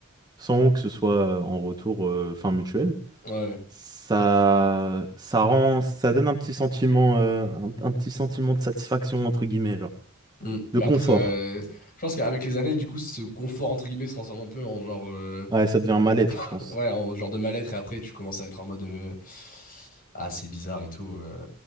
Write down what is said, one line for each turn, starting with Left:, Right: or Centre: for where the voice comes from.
Right: sans que ce soit euh, en retour, euh, fin mutuel,
Left: Ouais.
Right: ça, ça rend, ça donne un petit sentiment, euh, un, un petit sentiment de satisfaction, entre guillemets, genre,
Left: Mm.
Right: de
Left: Mais
Right: confort.
Left: après, ça... je pense qu'avec les années, du coup, ce confort, entre guillemets, se transforme un peu en genre, euh,
Right: Ouais, ça devient un mal-être,
Left: <laughs>
Right: je pense.
Left: ouais, en genre de mal-être. Et après, tu commences à être en mode, euh, ah, c'est bizarre et tout. euh.